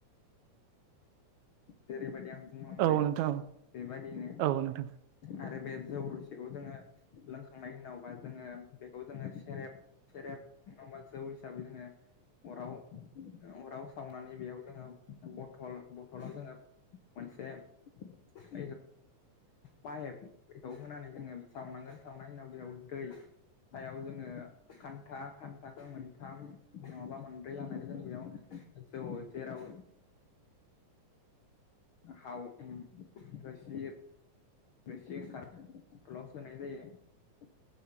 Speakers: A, on the left; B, on the right.
A: जैरैबायदि आं बुंलांबाय
B: औ नोंथां
A: बेबादिनो
B: औ नोंथां
A: आरो बे जौ रुसेखौ जोङो लोंखांनायनि उनावबा जोङो बेखौ जोङो सेरेब सेरेब नङबा जौ हिसाबै जोङो अराव अराव सावनानै बेयाव जोङो बथल बथलाव जोङो मोनसे <unintelligible> पाइप बेखौ होनानै जोङो सावनांगोन सावनायनि उनाव बेयाव दै सायाव जोङो खान्था खान्थाखौ मोनथाम नङाबा मोनब्रै लानानै जों बेयाव जौ जेराव <unintelligible> हाव <unintelligible> <unintelligible>